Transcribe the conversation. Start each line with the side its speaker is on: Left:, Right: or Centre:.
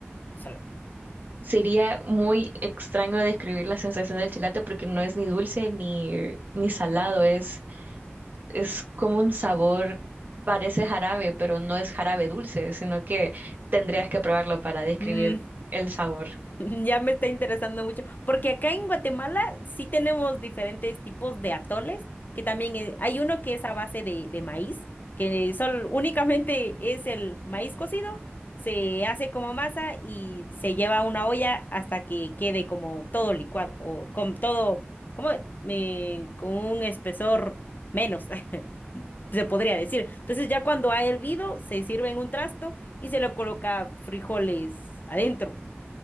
Left: solo.
Right: Sería muy extraño describir la sensación del chilate porque no es ni dulce ni, ni salado, es, es como un sabor, parece jarabe, pero no es jarabe dulce, sino que tendrías que probarlo para describir
Left: Mm,
Right: el sabor.
Left: <laughs> ya me está interesando mucho, porque acá en Guatemala sí tenemos diferentes tipos de atoles, que también eh, hay uno que es a base de, de maíz, que solo únicamente es el maíz cocido, se hace como masa y se lleva a una olla hasta que quede como todo licuado o con todo, como eh, con un espesor menos. <laughs> se podría decir. Entonces ya cuando ha hervido, se sirve en un trasto y se le coloca frijoles adentro,